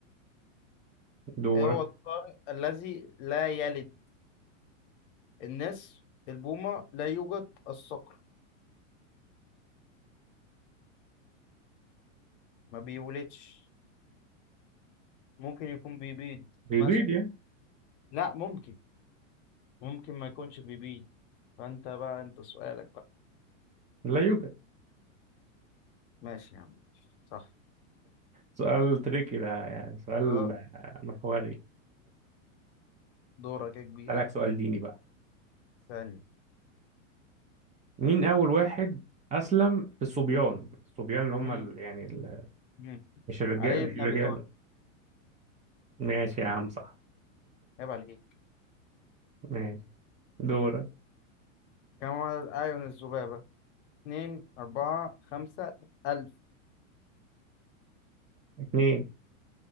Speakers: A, on the right; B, on the left.
A: دورك
B: إيه هو الطارئ الذي لا يلد الناس البومة لا يوجد الصقر ما بيولدش ممكن يكون بيبيض
A: بيبيض
B: مثلا
A: يعني
B: لا ممكن ممكن ما يكونش بيبيض فأنت بقى أنت سؤالك بقى
A: لا يوجد
B: ماشي يا عم ماشي. صح
A: سؤال تريكي ده يعني سؤال
B: أه
A: آه، محوري
B: دورك يا كبير
A: أسألك سؤال ديني بقى
B: ثاني
A: مين أول واحد أسلم في الصبيان الصبيان اللي هم
B: مم.
A: ال... يعني ال...
B: مم.
A: مش الرجال
B: علي
A: مش
B: بن
A: الرجال
B: أبي طالب
A: ماشي يا عم صح
B: عيب عليك
A: ماشي دورك
B: كم عدد أعين الذبابة؟ اتنين أربعة خمسة ألف
A: اتنين